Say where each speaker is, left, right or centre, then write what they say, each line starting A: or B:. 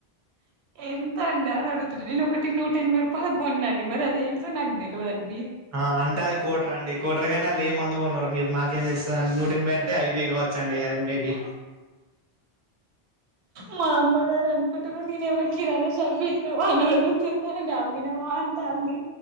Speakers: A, on the right; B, on the right.
A: ఎంత అండి అని అడుగుతున్నా నేను ఒకటి నూట ఎనభై రూపాయలు కొన్నా అండి మరి అదేంటిదో నాకు తెలివదండి
B: ఆ అంటే అది కోటర అండి కోటర కాని అందులో ఎం మందుగా కోన్నారు మీరు నాకేం తెస్తాది అండీ నూటఎనభై అంటే ఐబి సండే గ మేబి
A: మా అమ్మగారు అనుకుంటున్నారు నేను ఏమైనా కిరాణా షాప్ పెట్టినావా అని అడుగుతున్నారు అమ్ పెట్టినవా అంటంది